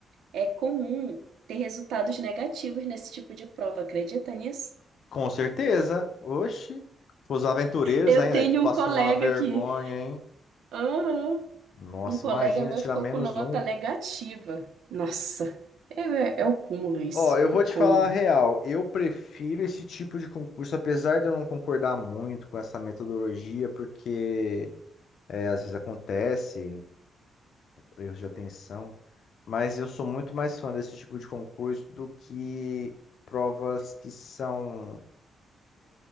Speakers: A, on the right; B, on the left.
A: é comum ter resultados negativos nesse tipo de prova, acredita nisso?
B: Com certeza. Oxi. Os aventureiros
A: Eu
B: ainda,
A: tenho
B: aí tu passa
A: um colega
B: uma vergonha,
A: que
B: hein?
A: Aham.
B: Nossa,
A: um colega
B: imagina
A: meu
B: tirar
A: ficou
B: menos
A: com nota
B: um.
A: negativa. Nossa, é, é o cúmulo isso,
B: Ó, eu
A: o
B: vou te
A: cúmulo.
B: falar a real. Eu prefiro esse tipo de concurso, apesar de eu não concordar muito com essa metodologia, porque é, às vezes acontece erros de atenção, mas eu sou muito mais fã desse tipo de concurso do que provas que são